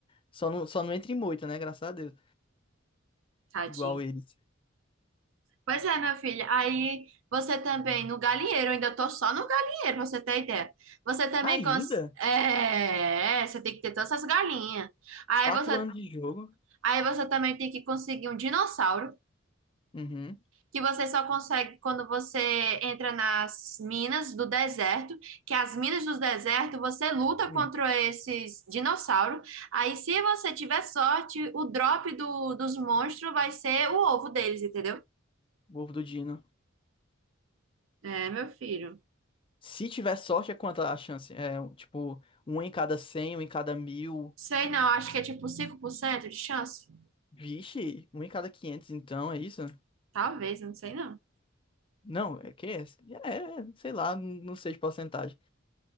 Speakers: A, on the left; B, on the right.
A: Só não, só não entra em moita, né? Graças a Deus.
B: Tadinho.
A: Igual eles.
B: Pois é, minha filha. Aí você também, no galinheiro, eu ainda tô só no galinheiro, pra você ter ideia. Você também
A: Ainda?
B: cons... é, é, você tem que ter todas essas galinhas. Aí
A: Quatro
B: você,
A: anos de jogo.
B: aí você também tem que conseguir um dinossauro,
A: Uhum.
B: que você só consegue quando você entra nas minas do deserto, que as minas do deserto, você luta
A: Hum.
B: contra esses dinossauros. Aí se você tiver sorte, o drop do, dos monstros vai ser o ovo deles, entendeu?
A: O Ovo do Dino.
B: É, meu filho.
A: Se tiver sorte, é quanta a chance? É, tipo, um em cada cem um em cada mil.
B: Sei não, acho que é tipo 5% de chance.
A: Vixe, um em cada 500 então, é isso?
B: Talvez, não sei não.
A: Não, é que é, é, sei lá, não sei de porcentagem.